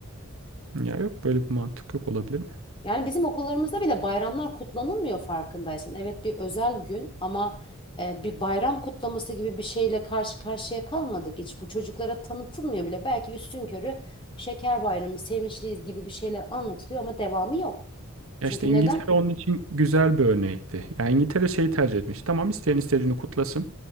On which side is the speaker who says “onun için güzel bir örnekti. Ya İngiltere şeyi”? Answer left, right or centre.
Right